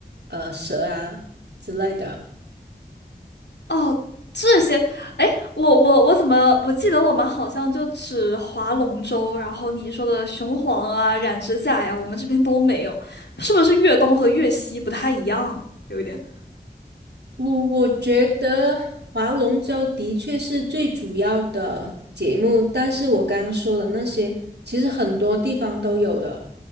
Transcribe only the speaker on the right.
呃蛇啊之类的。
我我觉得划龙舟的确是最主要的节目，但是我刚刚说的那些，其实很多地方都有的，